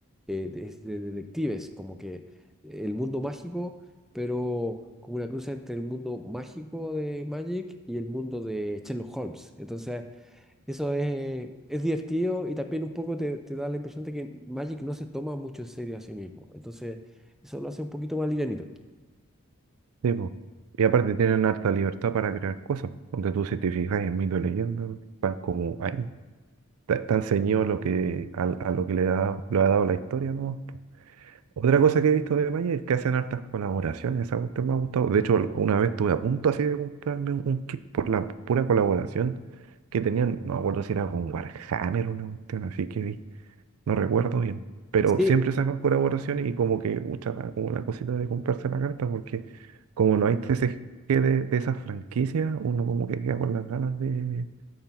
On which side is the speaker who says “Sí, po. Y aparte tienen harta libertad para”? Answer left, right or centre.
Right